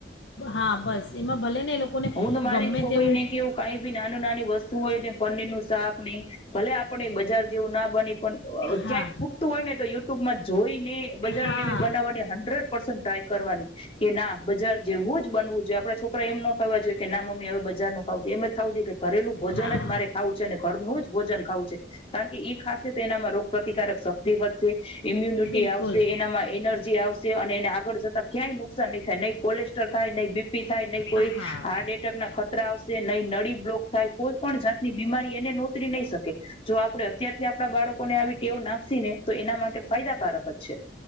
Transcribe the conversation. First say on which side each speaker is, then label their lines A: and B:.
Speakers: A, on the left; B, on the left.
A: હા બસ એમાં ભલે ને એ લોકોને
B: હું તો મારી
A: ગમે
B: છોકરી
A: તેવું
B: ને કેવું કઈ બી નાનું નાની વસ્તુ હોય ને પનીરનું શાક નહી ભલે આપણે બજાર જેવું ના બની પણ
A: હા
B: ક્યાંય ખૂટતું હોય ને તો યુટ્યુબમાં જોઈ ને બજાર
A: હા
B: જેવી બનાવવાની હંડ્રેડ ક કરવાની કે ના બજાર જેવું જ બનવું જોઈએ આપડણે છોકરા એમ ન કહેવા જોઇએ કે ના મમ્મી હવે બજારનું ખાવું એમજ આવું નહી કર ઘરેલું ભોજન
A: હા
B: જ મારે ખાવું છે ને ઘરનું જ ભોજન ખાવું છે કારણ કે એ ખાસે તો એનામાં રોગ પ્રતિકારક શક્તિ વધશે. ઇમ્યુનિટી
A: બિલકુલ
B: આવશે એનામાં એનર્જી આવશે અને આગળ જતા ક્યાય નુકસાન નહીં થાય નહીં કોલેસ્ટર થાય નહીં બીપી થાય નહીં કોઈ
A: હા
B: હાર્ટ એટેક ના ખતરા આવશે નહીં નળી બ્લોક થાય કોઈ પણ જાતની બીમારી એને નોતરી નહી શકે જો આપણે અત્યારથી આપણા બાળકોને આવી ટેવ નાખશ ને તો એના માટે ફાયદાકારક જ છે